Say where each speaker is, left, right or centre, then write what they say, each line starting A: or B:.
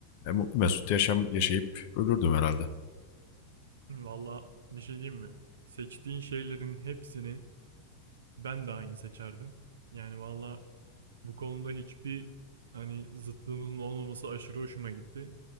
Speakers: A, on the left (about 50°); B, on the right (about 65°).
A: E, mutlu mesut yaşam yaşayıp ölürdüm herhalde.
B: Hı, Valla bir şey diyeyim mi? Seçtiğin şeylerin hepsini ben de aynı seçerdim. Yani valla Bu konuda hiçbir hani zıtlığımızın olmaması aşırı hoşuma gitti.